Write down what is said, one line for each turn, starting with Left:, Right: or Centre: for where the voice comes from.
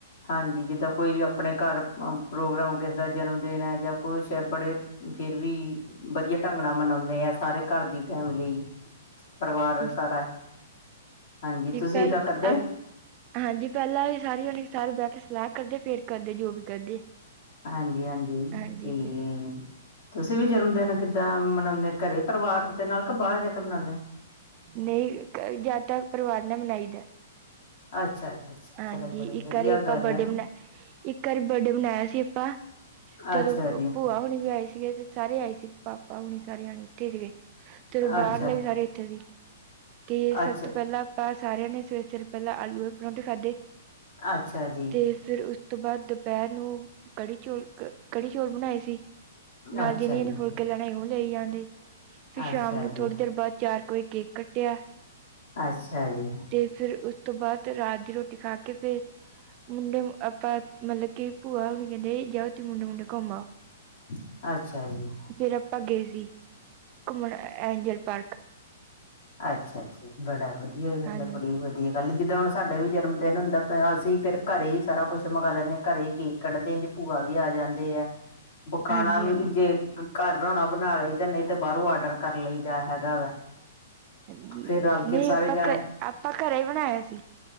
Left: ਹਾਂਜੀ ਜਿੱਦਾਂ ਕੋਈ ਵੀ ਆਪਣੇ ਘਰ ਪ੍ਰੋਗਰਾਮ ਕਿਸੇ ਦਾ ਜਨਮ ਦਿਨ ਐ ਜਾਂ ਕੁੱਛ ਐ ਬੜੇ ਫਿਰ ਵੀ ਬਧੀਆ ਢੰਗ ਨਾਲ ਮਨਾਉਂਨੇ ਆ ਸਾਰੇ ਘਰ ਦੀ ਫੈਮਲੀ ਪਰਿਵਾਰ
Right: ਹਾਂਜੀ
Left: ਆ ਸਾਰਾ ਹਾਂਜੀ ਤੁਸੀਂ
Right: ਪਹਿਲ
Left: ਏਦਾਂ ਕਰਦੇ?
Right: ਆਪ ਹਾਂਜੀ ਪੈਲਾਂ ਸਾਰੀ ਉਣੀ ਸਾਰੇ ਬਹਿ ਕੇ ਸਲਾਹ ਕਰਦੇ ਫੇਰ ਕਰਦੇ ਜੋ ਵੀ ਕਰਦੇ।
Left: ਹਾਂਜੀ, ਹਾਂਜੀ
Right: ਹਾਂਜੀ
Left: ਠੀ ਗਈ
Right: ਫਿਰ
Left: ਏ ਤੁਸੀਂ ਵੀ ਜਨਮਦਿਨ ਕਿੱਦਾਂ ਮਨਾਉਂਨੇ ਘਰੇ ਪਰਿਵਾਰ ਦੇ ਨਾਲ ਕੇ ਬਾਅਰ ਜਾ ਕੇ ਮਨਾਉਂਨੇ ਓ?
Right: ਨਈ ਜਦ ਤੱਕ ਪਰਿਵਾਰ ਨਾ ਮਨਾਈ ਦਾ
Left: ਅੱਛਾ ਜੀ ਅੱਛਾ
Right: ਹਾਂਜੀ,
Left: ਚਲੋ ਬੜੀ
Right: ਇੱਕ
Left: ਵਧੀਆ
Right: ਆਰੀ ਆਪਾਂ
Left: ਗੱਲ
Right: ਬਰਡੇ
Left: ਹੈ
Right: ਬਣਾ ਇੱਕ ਆਰੀ ਬਰਡੇ ਬਣਾਇਆ ਸੀ ਆਪਾਂ। ਤਦੋਂ
Left: ਅੱਛਾ ਜੀ
Right: ਭੂਆ ਹੁਣੀ ਵੀ ਆਏ ਸੀਗੇ ਤੇ ਸਾਰੇ ਆਏ ਸੀ ਪਾਪਾ ਹੁਣੀ ਸਾਰੇ ਆਣੀ ਇੱਥੇ ਗਏ ਤੇਦੋਂ ਬਾਹਰਲੇ
Left: ਅੱਛਾ
Right: ਵੀ ਸਾਰੇ ਇੱਥੇ ਸੀ ਤੇ
Left: ਅੱਛਾ
Right: ਸਭ ਤੋਂ ਪੈਲਾਂ ਆਪਾਂ ਸਾਰਿਆਂ ਨੇ ਸਵੇਰੇ, ਸਵੇਰੇ ਪੈਲਾਂ ਆਲੂ ਆਲੇ ਪਰੋਂਠੇ ਖਾਧੇ
Left: ਅੱਛਾ ਜੀ।
Right: ਤੇ ਫਿਰ ਉਸ ਤੋਂ ਬਾਅਦ ਦੁਪਹਿਰ ਨੂੰ ਕੜੀ ਚੋਲ, ਕੜੀ ਚੋਲ ਬਣਾਏ ਸੀ ਨਾਲ
Left: ਅੱਛਾ
Right: ਜਿਨੇ
Left: ਜੀ
Right: ਜਨੇ ਫੁਲਕੇ ਲੈਣੇ ਓ ਲਈ ਜਾਣਡੇ ਫਿਰ ਸ਼ਾਮ
Left: ਅੱਛਾ
Right: ਨੂੰ
Left: ਜੀ
Right: ਥੋੜ੍ਹੀ ਦੇਰ ਬਾਅਦ ਚਾਰ ਕੋਈ ਕੇਕ ਕੱਟਿਆ
Left: ਅੱਛਾ ਜੀ।
Right: ਤੇ ਫਿਰ ਉਸ ਤੋਂ ਬਾਅਦ ਤੇ ਰਾਤ ਦੀ ਰੋਟੀ ਖਾ ਕੇ ਫਿਰ ਮੁੰਡੇ ਆਪਾਂ ਮਲਬ ਕਿ ਭੂਆ ਹੁਣ ਕੈਂਦੇ ਜਾਂ ਤੇ ਮੁੰਡੇ ਮੁੰਡੇ ਘੁੰਮ ਆਓ
Left: ਅੱਛਾ ਜੀ
Right: ਫੇਰ ਆਪਾਂ ਗਏ ਸੀ। ਘੁੰਮਣ ਐਂਗਿਲ ਪਾਰਕ
Left: ਅੱਛਾੱ, ਅੱਛਾ ਜੀ ਵਧੀਆ ਗੱਲ
Right: ਹਾਂਜੀ
Left: ਬੜੀ ਵੀਆ ਵਧੀਆ ਗੱਲ, ਜਿੱਦਾਂ ਹੁਣ ਸਾਡਾ ਵੀ ਜਨਮ ਦਿਨ ਹੁੰਦਾ, ਅਸੀਂ ਫਿਰ ਘਰੇ ਹੀ ਸਾਰਾ ਕੁਛ ਮੰਗਵਾ ਲੈਂਨੇ ਆਂ, ਘਰੇ ਹੀ ਕੇਕ ਕੱਟਦੇ ਨੇ, ਜੇ ਭੂਆ ਵੀ ਆ ਜਾਂਦੀ ਐ - ਔ ਖਾਣਾ
Right: ਹਾਂਜੀ
Left: ਵੀ
Right: ਹਾਂਜੀ
Left: ਜੇ ਘਰ ਬਣਾਉਣਾ ਔ ਬਣਾ ਲਈਦਾ। ਨਹੀਂ ਤੇ ਬਾਹਰੋਂ ਆਰਡਰ ਕਰ ਲਈਦਾ ਹੈਗਾ ਵਾ
Right: ਹਾਂਜੀ,
Left: ਫੇਰ ਰਲ ਕੇ
Right: ਨਹੀਂ
Left: ਸਾਰੇ
Right: ਆਪਾਂ
Left: ਜਾਣੇ
Right: ਘ ਆਪਾਂ ਘਰੇ ਹੀ ਬਣਾਇਆ ਸੀ